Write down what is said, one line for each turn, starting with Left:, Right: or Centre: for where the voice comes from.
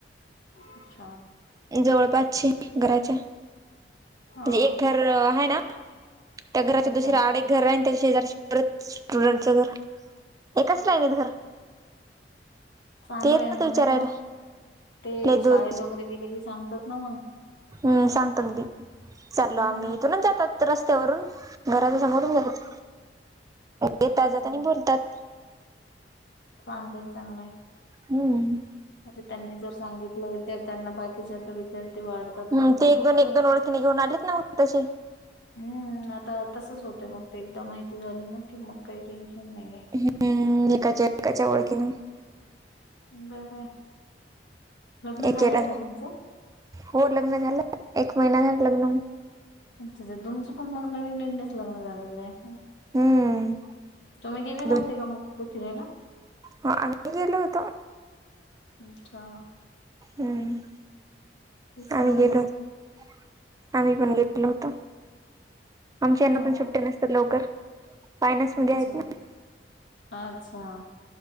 Left: अच्छा
Right: जवळपचश घराच्या म्हणजे
Left: हा
Right: एक घर आहे ना, त्या घराच्या
Left: अच्छा
Right: दुसर्या आड घर रा त्याच्या शेजारी परत स्टुडंटच घर एकच लिनीत घर
Left: चांगलंय
Right: ते येतात
Left: ना
Right: विचारायला
Left: नाही मग ते
Right: लय दूर
Left: शाळेत वगैरे गेले की सांगतात ना मग.
Right: हम्म सांगतो बी चालो
Left: हम्म
Right: आम्ही इथूनच
Left: ते-
Right: जातात रस्त्यावरून घराच समोरून जातात येता
Left: अछा
Right: जातानी बोलतात
Left: चांगलंय चांगलंय.
Right: हम्म
Left: म्हणजे त्यांनी जर सांगितलं तर त्याना बाकीच्या तर विद्यार्थी वाढतात
Right: हम्म,
Left: पण, ना.
Right: ते एक दोन एक दोन ओळखी झालेत ना तसे
Left: हम्म, आता तसच होत मग ते एकदा माहिती झाली ना की मग काही टेन्शन नाहीये.
Right: हम्म एकाच्या एकाच्या ओळखीने
Left: बरं लग्न
Right: एकेला
Left: झालंय का तुमचं?
Right: हो लग्न झालं एक महिना झाला लग्न होऊन.
Left: अच्छाचा तुमचं पण मग नवीन नवीनच लग्न झालेलं आहे.
Right: हम्म
Left: तुम्ही गेले नव्हते
Right: दोन
Left: का मो फिरायला?
Right: हो आम्ही गेलो होतो.
Left: अच्छा
Right: हम्म
Left: तेच म्हटलं
Right: आम्ही गेलोत आम्ही पण गेलो होतो आमच्या यांना
Left: हो
Right: पण सुट्ट्या नसतात लवकर फयना्स मध्ये
Left: अच्छा
Right: आहेत ना
Left: अच्छा